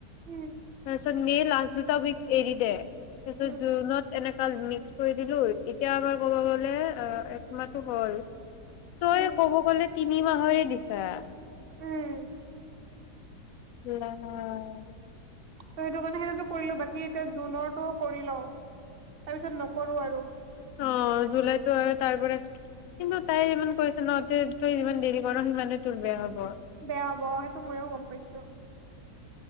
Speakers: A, on the right; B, on the left.
A: উম
B: <unintelligible> মে লাষ্ট দুটা উইক এৰি দে। তাৰ পিছত
A: উম
B: জুনত এনেক মিক্স কৰি দিলো এতিয়া আমাৰ ক'ব গ'লে অ', এক মাহটো হ'ল তই
A: উম
B: ক'ব গ'লে তিনি মাহৰে দিছা
A: উম।
B: <unintelligible>
A: ত' সেইটো কাৰণে সেইটোতটো কৰিলো বাকী এতিয়া জুনৰটো কৰি লওঁ, তাৰপিছত নকৰো আৰু।
B: অ', জুলাইতো আৰু তাৰ পৰা কিন্তু তাই ইমান কৈছে ন তই-তই যিমান দেৰি কৰ সিমানে তোৰ বেয়া হ'ব
A: বেয়া হ'ব অ', সেইটো ময়ো গম পাইছো।